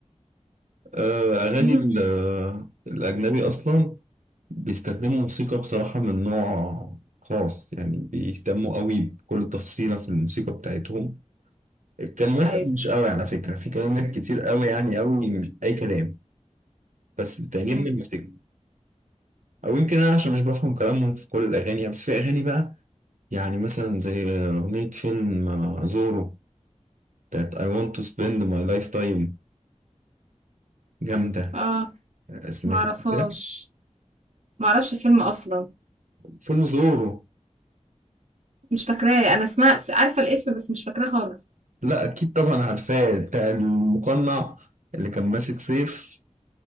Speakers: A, on the right; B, on the right.
A: آه، أغاني
B: <laughs>
A: ال- آه، الأجنبي أصلا بيستخدموا موسيقى بصراحة من نوع خاص يعني بيهتموا قوي بكل تفصيلة في الموسيقى بتاعتهم الكلمات
B: ايوه
A: مش قوي على فكرة في كلمات كتير قوي يعني قوي مش أي كلام بس بتعجبني
B: أمم.
A: الموسيقى أو يمكن أنا عشان مش بفهم كلامهم في كل الأغاني يعني، بس في أغاني بقى يعني مثلا زي أغنية فيلم آه، زورو بتاعت I want to spend my lifetime جامدة
B: اه
A: آه، سمعتها
B: معرفهاش
A: كده
B: معرفش الفيلم اصلا
A: فيلم زورو
B: مش فاكراه انا سمعت عارفه الاسم بس مش فاكراه خالص
A: لا اكيد طبعا عارفاه بتاع المقنع اللي كان ماسك سيف